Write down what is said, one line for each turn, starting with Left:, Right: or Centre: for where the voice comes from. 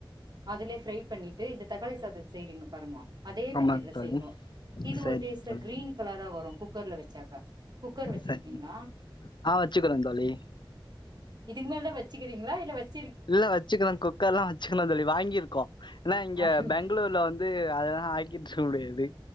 Right: அதுலே ஃப்ரைப் பண்ணிட்டு இந்த தக்காளி சாதத செய்றீங்க பாருங்கோ அதே மெத்தேட்ல
Left: ஆமாங்க தோழி
Right: செய்ங்கோ இது
Left: சரிங்க
Right: ஒரு டேஸ்ட
Left: தோழி
Right: க்ரீன் கலரா வரு குக்கர்ல வெச்சாக்கா குக்கர் வெச்சிருக்கீங்ளா
Left: சரிங்க ஆ வெச்சுகுறோந் தோழி
Right: இதுக்மேல்தா வெச்சுகிறீங்ளா இல்ல வெச்
Left: இல்ல வெச்சுகிறங் குக்கர்லா வெச்சுகிணுந் தோழி வாங்கிருக்கோ எனா இங்க
Right: வாங்கி
Left: பெங்களூர் ல வந்து அதலா ஆக்கிட்ருக்க முடியாது